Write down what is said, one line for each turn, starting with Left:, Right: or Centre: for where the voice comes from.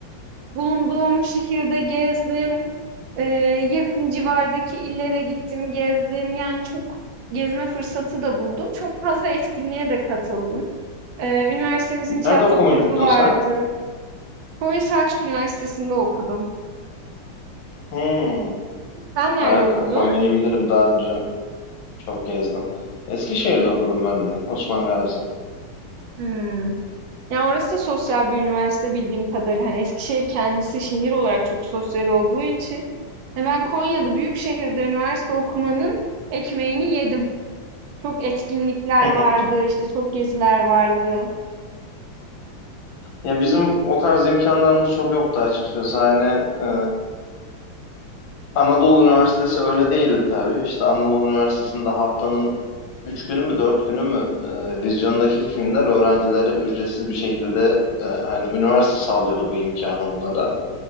Right: bulunduğum şehirde gezdim. Eee, yakın civardaki illere gittim, gezdim. Yani çok gezme fırsatı da buldum. Çok fazla etkinliğe de katıldım. Eee, üniversitemizin tiyatro
Left: Nerede okumuştun
Right: kulübü vardı.
Left: sen?
Right: Konya Selçuk Üniversitesi'nde okudum.
Left: Hmm,
Right: Sen nerede
Left: harika.
Right: okudun?
Left: Konya'yı bilirim daha önce. Çok gezdim. Eskişehir'de okudum ben de. Osman Gazi.
Right: Hmm. Ya orası da sosyal bir üniversite bildiğim kadarıyla. Hani Eskişehir kendisi şehir olarak çok sosyal olduğu için. E ben Konya'da büyük şehirde üniversite okumanın ekmeğini yedim. Çok etkinlikler
Left: <laughs>
Right: vardı, işte çok geziler vardı.
Left: Ya bizim o tarz imkanlarımız çok yoktu açıkçası. Hani e, Anadolu Üniversitesi öyle değildi tabii. İşte Anadolu Üniversitesi'nde haftanın 3 günü mü 4 günü mü e, vizyondaki filmler öğrencilere ücretsiz bir şekilde e, hani üniversite sağlıyordu bu imkanı onlara.